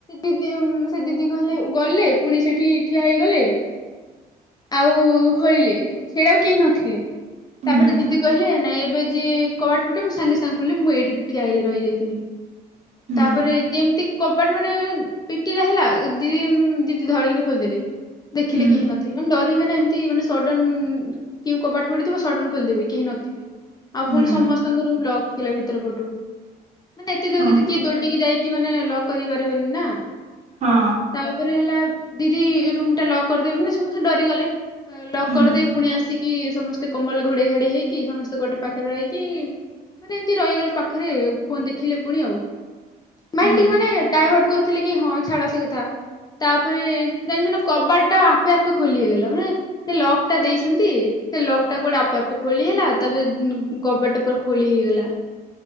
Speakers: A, on the left; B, on the right.
A: ଦିଦି ଦି-ସେ ଦିଦି କହିଲେ ଗଲେ ପୁଣି ସେଠି ଠିଆ ହେଇଗଲେ ଆଉ ଖୋଳିଲେ ସେଇଟି ବଆଉ କେହି ନଥିଲେ।
B: ହୁଁ
A: ତାପରେ ଦିଦି କହିଲେ ନାଇଁ ଏବେ ଯିଏ କବାଟ ପିଟିବ ମୁଁ ସାଙ୍ଗେ ସାଙ୍ଗେ ଖୋଲିମି ମୁଁ ଏଇଠି <unintelligible> ପିଟିଲା
B: ହୁଁ
A: ହେଲା ଦି ଦିଦି ଧରିକିନି ଖୋଲିଦେଲଲେ ଦେଖିଲି
B: ହୁଁ
A: କେ ହଁ ନଥିଲେ ମାନେ ଡର ଏମତି ମାନେ ଏମିତି ସଡନ କେ କବାଟ ପିଟୁଥିବା ସଡନ ଖୋଲିଦେବେ କେହି ନଥିବେ। ଆଉ ପୁଣି
B: ହୁଁ
A: ସମସ୍ତଙ୍କର ବ୍ଲକ ଥିଲା ଭିତର ପଟୁ। ମାନେ ଏତେ ଜଲଦି
B: ହଁ
A: ତ କିଏ ଦୌଡିକି ଯାଇକି ମାନେ ଲକ୍ କରିପାରିବନି ନା।
B: ହଁ
A: ତାପରେ ହେଲା ଦିଦି ରୁମ ଟା ଲକ୍ କରିଦେବେ ମାନେ ସମସ୍ତେ ଡରିଗଲେ। ଲକ
B: ହୁଁ
A: କଦେଇ ପୁଣି ଆସିକି ସମସ୍ତେ କମ୍ବଲ ଘୋଡେଇ ଘାଡେଇ ହେଇକି ସମସ୍ତେ ଗୋଟେ ପାଖରେ ରହିକି ମାନେ ଏମିତି ରହିଗଲେ ପାଖରେ ଫନ ଦେଖିଲେ ପୁଣି ଆଉ। ମାଇଣ୍ଡ
B: ହୁଁ
A: ଟିକେ ମାନେ ଡାଇଭର୍ଟ କରୁଥିଲେ କି ହଁ ଛାଡ ସେ କଥା। ତାପରେ ଜାଣିଚୁ ନା କବାଟ ଟା ଆପେ ଆପେ ଖୋଲି ହେଇଗଲା ମାନେ ସେ ଲକ୍ ଟା ଦେଇଛନ୍ତି ସେ ଲକ୍ ଟା କୁଆଡେ ଆପେ ଆପେ ଖୋଲି ହେଲା ତାପରେ କବାଟ ପୁରା ଖୋଲି ହେଇଗଲା।